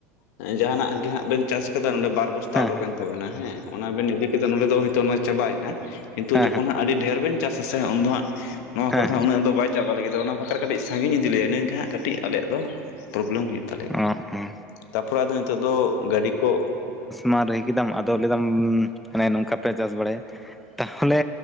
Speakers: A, on the left; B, in the centre.
A: ᱡᱟᱦᱟᱸᱱᱟᱜ ᱜᱮ ᱦᱟᱸᱜ ᱵᱤᱱ ᱪᱟᱥ ᱟᱠᱟᱫᱟ ᱱᱚᱰᱮ ᱵᱟᱨ ᱵᱚᱥ ᱛᱟ
B: ᱦᱮᱸ
A: ᱚᱰᱚᱠᱮᱱ
B: ᱦᱮᱸ
A: ᱛᱟᱹᱵᱮᱱᱟ ᱦᱮᱸ ᱚᱱᱟ ᱵᱮᱱ ᱤᱫᱤ ᱠᱟᱛᱮ ᱱᱚᱰᱮ ᱫᱚ ᱦᱚᱭᱛᱚ ᱚᱱᱟ ᱪᱟᱵᱟᱭᱱᱟ, ᱠᱤᱱᱛᱩ
B: ᱦᱮᱸ
A: ᱡᱚᱠᱷᱚᱱ
B: ᱦᱮᱸ
A: ᱟᱹᱰᱤ ᱰᱷᱮᱨ ᱵᱮᱱ ᱪᱟᱥ ᱟᱥᱮ ᱩᱱ ᱫᱚ ᱦᱟᱸᱜ ᱱᱚᱣᱟ
B: ᱦᱮᱸ
A: ᱠᱚᱨᱮ ᱫᱚ ᱩᱱᱟᱹᱜ ᱫᱚ ᱵᱟᱭ ᱪᱟᱵᱟ ᱞᱟᱹᱜᱤᱫᱚᱜ-ᱟ, ᱚᱱᱟ ᱵᱟᱠᱷᱨᱟ ᱠᱟᱹᱴᱤᱡ ᱥᱟᱹᱜᱤᱧ ᱤᱫᱤ ᱞᱮᱭᱟ ᱤᱱᱟᱹ ᱜᱮ ᱦᱟᱸᱜ ᱠᱟᱹᱴᱤᱡ ᱟᱞᱮᱭᱟᱜ ᱫᱚ ᱯᱨᱚᱵᱞᱮᱢ ᱦᱩᱭᱩᱜ ᱛᱟᱞᱮᱭᱟ
B: ᱦᱮᱸ ᱚ ᱚ
A: ᱾ ᱛᱟᱨᱯᱚᱨᱮ ᱟᱫᱚ ᱱᱤᱛᱚᱜ ᱫᱚ ᱜᱟᱹᱰᱤ ᱠᱚ
B: ᱢᱟᱨᱮ ᱠᱮᱫᱟᱢ ᱟᱫᱚ ᱞᱟᱹᱭᱫᱟᱢ, ᱢᱟᱱᱮ ᱱᱚᱝᱠᱟ ᱯᱮ ᱪᱟᱥ ᱵᱟᱲᱟᱭᱟ᱾ ᱛᱟᱦᱚᱞᱮ